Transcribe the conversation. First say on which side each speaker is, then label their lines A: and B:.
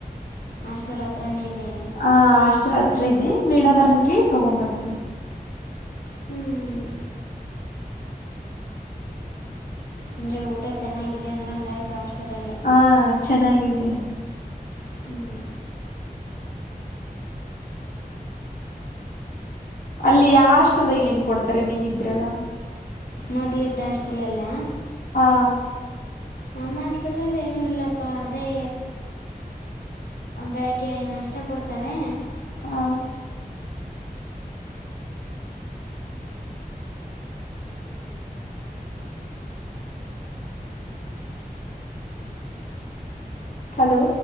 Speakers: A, on the left; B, on the left.
A: ಹಾಸ್ಟೆಲ್ ಹತ್ರಾನೇ ಇದೆ?
B: ಆ ಹಾಸ್ಟೆಲ್ ಹತ್ರ ಇದೆ ಮೇಡಂಮೊರನ್ ಕೇಳ್ ತಗೊಂಬರ್ತೀವ್.
A: ಹ್ಮ್ ಅಂದ್ರೆ ಊಟ ಚೆನ್ನಾಗಿದೆ ಅಂದಂಗಾಯ್ತು ಹಾಸ್ಟೆಲಲ್ಲಿ.
B: ಹಾ ಚೆನ್ನಾಗಿದೆ.
A: ಹ್ಮ್
B: ಅಲ್ಲಿ ಆ ಹಾಸ್ಟೆಲ್ದಾಗ ಏನ್ ಕೊಡ್ತಾರೆ ನೀವ್ ಇದ್ರಲ್ಲ?
A: ಮೊದಲಿದ್ದ್ ಹಾಷ್ಟೆಲ್ಲಲ್ಲ?
B: ಹಾ
A: ನಮ್ಮ್ ಹಾಷ್ಟಲಲ್ಲ್ ಏನೂ ಇಲ್ಲಪ್ಪಾ ಅದೇ ಬೆಳಗ್ಗೆ ನಾಷ್ಟ ಕೊಡ್ತಾರೆ.
B: ಹಾ ಹಲೋ